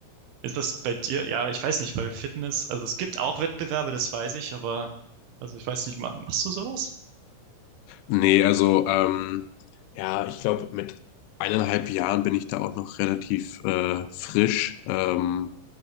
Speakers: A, on the right; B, on the left.
A: Ist das bei dir? Ja, ich weiß nicht, bei Fitness, also es gibt auch Wettbewerbe, das weiß ich, aber also ich weiß nicht, ma- machst du sowas?
B: Nee, also ähm, Ja, ich glaube, mit eineinhalb Jahren bin ich da auch noch relativ äh, frisch. Ähm,